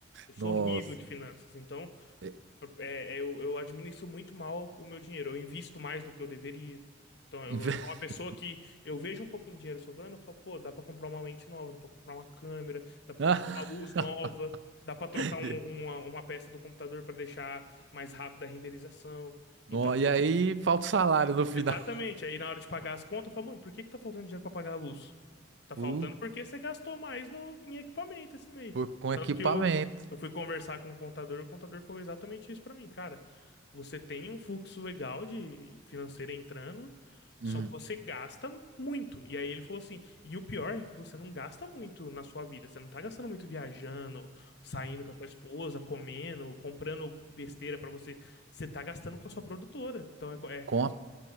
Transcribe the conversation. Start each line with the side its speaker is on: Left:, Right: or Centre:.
Left: Eu sou
Right: Nossa.
Left: horrível de finanças, então
Right: É,
Left: é, é, eu, eu administro muito mal o meu dinheiro. Eu invisto mais do que eu deveria. Então, eu
Right: <laughs>
Left: sou uma pessoa que eu vejo um pouquinho de dinheiro sobrando, eu falo, pô, dá pra comprar uma lente nova, dá pra comprar uma câmera, dá pra
Right: Ah,
Left: comprar uma luz nova,
Right: <laughs>
Left: dá pra trocar
Right: e
Left: um- uma, uma peça do computador pra deixar mais rápida a renderização.
Right: No,
Left: Então,
Right: e aí falta o salário no final.
Left: exatamente. Aí na hora de pagar as contas, eu falo, mano, por que que tá faltando dinheiro pra pagar a luz? Tá
Right: Pu-
Left: faltando porque você gastou mais no, em equipamento esse mês.
Right: por- com
Left: Tanto
Right: equipamento.
Left: que eu, eu fui conversar com o contador, o contador falou exatamente isso pra mim, cara. Você tem um fluxo legal de financeiro entrando,
Right: Hum.
Left: só que você gasta muito. E aí ele falou assim: e o pior é que você não gasta muito na sua vida. Você não tá gastando muito viajando, saindo com a sua esposa, comendo, comprando besteira pra você. Você tá gastando com a sua produtora. Então é é
Right: Com a...